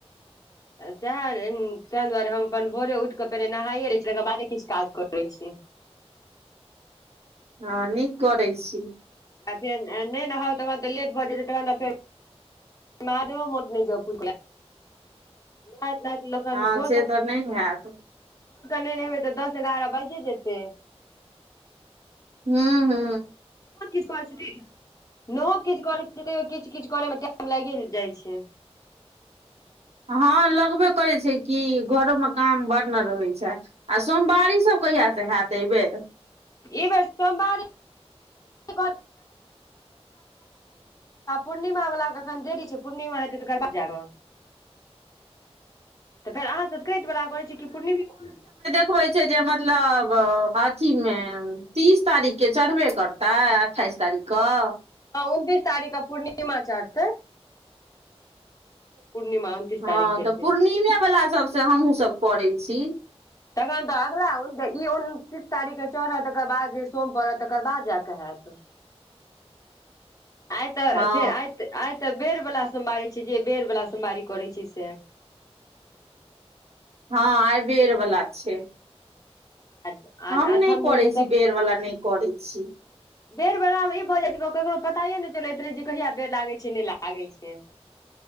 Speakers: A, on the left; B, on the right.
A: सह ताहि दुआरे हम अपन भोरे उठि कऽ पहिने नहाइए लै छी तकर बादे किछु काज करैत छी
B: हँ नीक करै छी
A: आ फेर नहि हउ तह तऽ लेट भज जेतै तऽ फ माहादेवो मठ नहि जॉ पूजा करलय <unintelligible> आ भोरकेऽ
B: हँ से तऽ नय हैत
A: नहि रहबै तऽ दस एगारह बाजि जेतै
B: हू हू
A: बहुत किछु करै छथि नहो किछु करैत छै तैयो किछु किछु करे मे टाइम लागि जाइ छै
B: हँ लगबे करै छै कि घरो मऽ काम बड़ ने रहै छै आ सोमवारी सब कहिया सँ हयत एहिबेर
A: ई बे सोमवारी <unintelligible> पूर्णिमा वला तऽ एखन देरी छै पूर्णिमा हेतै तकर बाद जाय कऽ तऽ फेर अहाँ सब चैथ वला करैत छी कि पूर्णिमा
B: होइ छै जे मतलब अथी मे तीस तारीख के चढ़बे करताै अठाइस तारीख कऽ
A: हँ उनतीस तारीखके पूर्णिमा चढ़तै पूर्णिमा
B: हँ
A: तारीख हेतै
B: तऽ पूर्णिमे वला सबसँ हमहुँ सब करै छी
A: तखन तऽ अगिला ई उनतीस तारीख के चढ़त तकर बाद जे सोम पड़त तकर बाद जााकऽ हयैतत <inaudible>
B: <inaudible>
A: आइ तऽ
B: हँ
A: फेर आइ आइ तऽ बेर वाला सोमवारी छै जे बेर वाला सोमवारी करैत छै से
B: हँ आइ बेर वला छै
A: <unintelligible>
B: हम
A: आठम
B: नहि करै
A: दिन
B: छी
A: से
B: बेर वला नहि करै छी
A: बेर वला मे ई भऽ जाइत केकरो पताये ने चलैत रहे जे कहिया बेर लागै छै नहि लागे छै